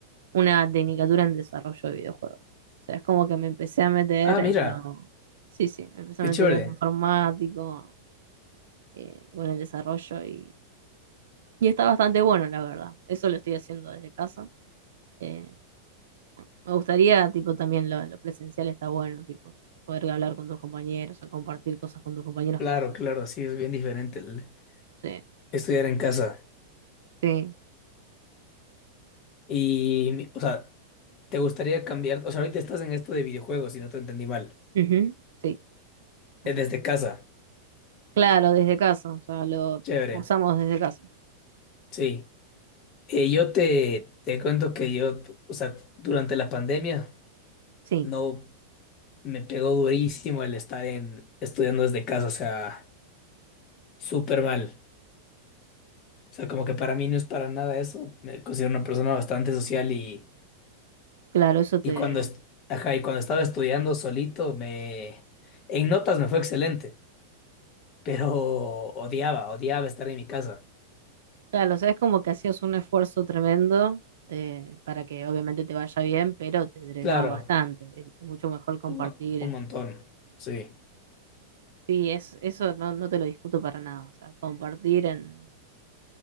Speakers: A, on the right; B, on the left.
A: una tecnicatura en desarrollo de videojuegos. O sea, es como que me empecé a meter
B: Ah, mira,
A: en lo, sí, sí, me empecé
B: qué
A: a meter
B: chévere.
A: en lo informático, eh, bueno, el desarrollo y, y está bastante bueno, la verdad. Eso lo estoy haciendo desde casa. eh, Me gustaría, tipo, también lo, lo presencial está bueno, tipo, poder hablar con tus compañeros o compartir cosas con tus compañeros
B: Claro,
A: que no sean.
B: claro, sí, es bien diferente el
A: Sí,
B: estudiar en casa.
A: sí,
B: Y, o sea, ¿te gustaría cambiar? O sea, ahorita estás en esto de videojuegos, si no te entendí mal.
A: ujú, sí, así
B: Eh, Desde
A: es.
B: casa,
A: Claro, desde casa, o sea, lo
B: chévere,
A: usamos desde casa.
B: sí. Eh, yo te, te cuento que yo, o sea, durante la pandemia
A: Sí,
B: no me pegó durísimo el estar en, estudiando desde casa, o sea, súper mal. O sea, como que para mí no es para nada eso. Me considero una persona bastante social y,
A: claro, eso te...
B: y cuando, est- ajá, y cuando estaba estudiando solito, me, en notas me fue excelente, pero odiaba, odiaba estar en mi casa.
A: Claro, o sea, es como que hacías un esfuerzo tremendo eh, para que obviamente te vaya bien, pero te drenaba
B: Claro,
A: bastante. Es, es mucho mejor compartir
B: un, mo- un
A: en...
B: montón, sí,
A: Sí, es, eso no, no te lo discuto para nada, o sea, compartir en